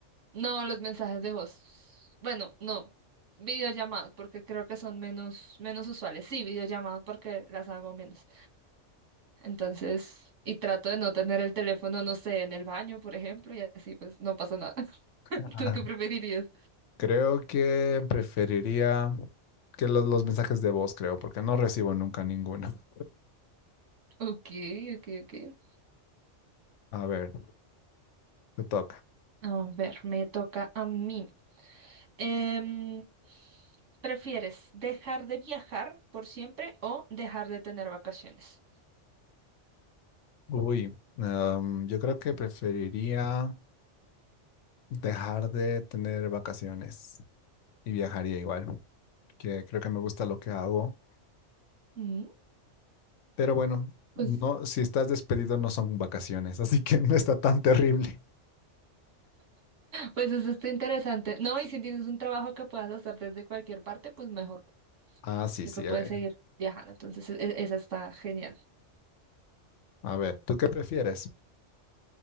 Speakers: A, on the right (about 80°); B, on the left (about 80°).
A: No, los mensajes de voz. Bueno, no. Videollamadas, porque creo que son menos, menos usuales. Sí, videollamadas porque las hago menos. Entonces, y trato de no tener el teléfono, no sé, en el baño, por ejemplo, y así pues no pasa nada. <laughs>
B: Ajá.
A: ¿Tú qué preferirías?
B: Creo que preferiría que los, los mensajes de voz, creo, porque no recibo nunca ninguno. <laughs>
A: Ok, ok, ok.
B: A ver, te toca.
A: A ver, me toca a mí. Em, ¿prefieres dejar de viajar por siempre o dejar de tener vacaciones?
B: Uy, em, yo creo que preferiría dejar de tener vacaciones y viajaría igual, que creo que me gusta lo que hago
A: Mm,
B: Pero bueno,
A: Pues
B: no, si estás despedido no son vacaciones, <laughs> así que no está tan terrible.
A: Pues eso está interesante. No, y si tienes un trabajo que puedas hacer desde cualquier parte, pues mejor,
B: Ah, sí,
A: porque
B: sí.
A: puedes
B: A ver,
A: seguir viajando. Entonces, e- e, esa está genial.
B: a ver, ¿tú qué prefieres?